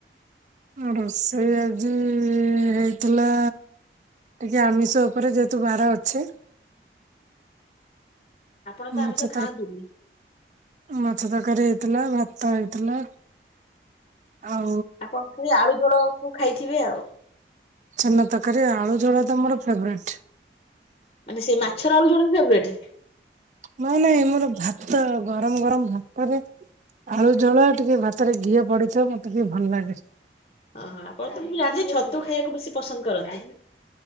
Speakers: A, on the right; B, on the left.
A: ରୋଷେଇ ଆଜି ହେଇଥିଲା ଆଜି ଆମିଷ ଉପରେ ଯେହେତୁ ବାର ଅଛି।
B: ଆପଣ ତ
A: ମାଛ
B: ଆମିଷ ଖାଆନ୍ତିନି
A: ତର ମାଛ ତରକାରୀ ହେଇଥିଲା ଭାତ ହେଇଥିଲା। ଆଉ
B: ଆପଣ ସେଇ ଆଳୁ ଝୋଳ କୁ ଖାଇଥିବେ ଆଉ।
A: ଛେନା ତରକାରୀ ଆଳୁ ଝୋଳ ତ ମୋର ଫେବେରେଟ୍।
B: ମାନେ ସେ ମାଛର ଆଳୁ ଝୋଳ ଫେବରେଟ୍?
A: ନାଇଁ ନାଇଁ ମୋର ଭାତ ଗରମ ଗରମ ଭାତରେ ଆଳୁ ଝୋଳ ଟିକେ ଭାତରେ ଘିଅ ପଡିଥିବ ମତେ ଟିକେ ଭଲ ଲାଗେ।
B: ହଁ ହଁ ଆପଣ ତ ମୁଁ ଜାଣିଛି ଛତୁ ଖାଇବାକୁ ବେଶୀ ପସନ୍ଦ କରନ୍ତି।